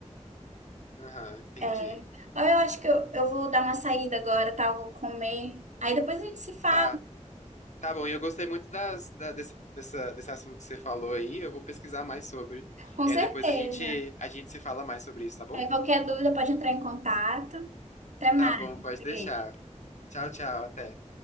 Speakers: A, on the left; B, on the right.
A: Aham, entendi.
B: É. Eu acho que eu, eu vou dar uma saída agora, tá? Eu vou comer. Aí depois a gente se fala,
A: Tá, tá bom. E eu gostei muito das, da- desse, dessa, desse assunto que você falou aí. Eu vou pesquisar mais sobre.
B: com
A: E
B: certeza.
A: aí depois a gente, a gente se fala mais sobre isso, tá bom?
B: Aí qualquer dúvida pode entrar em contato. Até mais.
A: Tá bom, pode
B: Beijo.
A: deixar. Tchau, tchau, até.